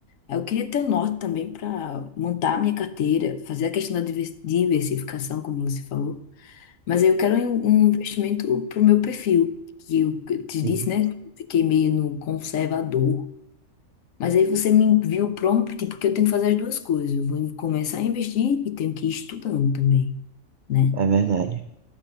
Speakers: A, on the left; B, on the right.
A: eu queria ter o norte também para montar a minha carteira, fazer a questão da divers- diversificação, como você falou. Mas aí eu quero um um investimento para o meu perfil, que eu que eu te
B: sim,
A: disse, né? que eu Fiquei meio no conservador. Mas aí você me enviou o prompt, porque eu tenho que fazer as duas coisas. Eu vou começar a investir e tenho que ir estudando também, né?
B: é verdade.